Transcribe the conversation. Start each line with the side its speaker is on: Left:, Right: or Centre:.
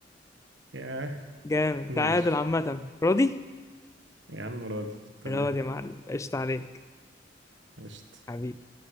Right: ياه
Left: جامد
Right: ماشي
Left: تعادل عامة راضي؟
Right: يا عم راضي تمام
Left: راضي يا معلم قشطة عليك
Right: قشطة
Left: حبيبي